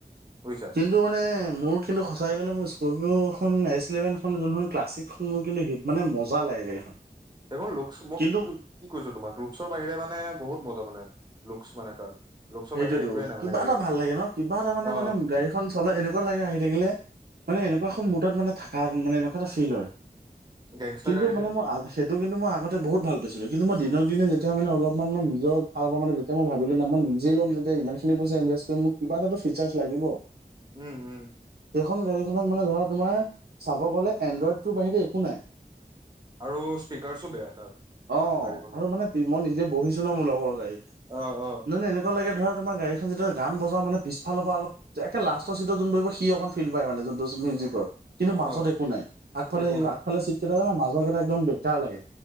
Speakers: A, on the right; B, on the right.
A: বুজিছা।
B: কিন্তু মানে মোৰ কিন্তু সঁচাকে মোৰ স্কৰ্ফিও খন এছ ইলেভেন খন যুনখন ক্লাছিক খনও কিন্তু হিব- মানে মজা লাগে গাড়ীখন।
A: এখন লোক
B: কিন্তু
A: কি কি কৈছো তোমাক? লুকচৰ বাহিৰে মানে বহুত মজা মানে লুক্চ মানে তাৰ। লুকচৰ
B: সেইটোয়েতো
A: বাহিৰে একোৱে নাই
B: কিবা
A: মানে গাড়ীখনত
B: এটা ভাল লাগে ন? কিবা এটা মানে
A: অ
B: মানে গাড়ীখন চলত এনেকুৱা লাগে আহি থাকিলে। মানে এনেকুৱা এখন মুডত মানে থাকা মানে এনেকুৱা এটা ফিল হয়।
A: গেংষ্টাৰ
B: কিন্তু
A: গাড়ী
B: মানে
A: যে
B: মোৰ আগ সেইটো কিন্তু মই আগতে বহুত ভাল পাইছিলোঁ। কিন্তু মই দিক দিনে যেতিয়া মানে অলপমান মই নিজৰ ফালৰ পৰা মানে যেতিয়া মই ভাবিলো না মই ল'ম যেতিয়া ইমানখিনি পইচা ইনভেষ্ট কৰিম মোক কিবা এ ফিাৰ্চ লাগিব।
A: উম উম।
B: সেইখন গাড়ীখনত মানে ধৰা তোমাৰ চাব গ'লে এনড্ৰইড তৰ বাহিৰে একো নাই।
A: আৰু স্পীিকাৰছো বেয়া তাৰ।
B: অ,
A: গাড়ীখনৰ
B: আৰু মানে মই নিজে বহিছো ন মোৰ লগৰ গাড়ী ন
A: অ অ
B: নে এনেকুৱা, লাগে ধৰা গাড়ীখন যেতিয়া গান বজা মানেপিছফালৰ পৰা অলপ, একে লাষ্টৰ চিটত যোন প সি অক ফিলড পায় মানে যোনটো মিউজিকৰ। কিন্তু মাজত
A: অ
B: একো নাই আগফালে
A: একো নাই
B: আগফালে চিট কেইটাে মাজৰ কেইটা একদম বেটাৰ লাগে।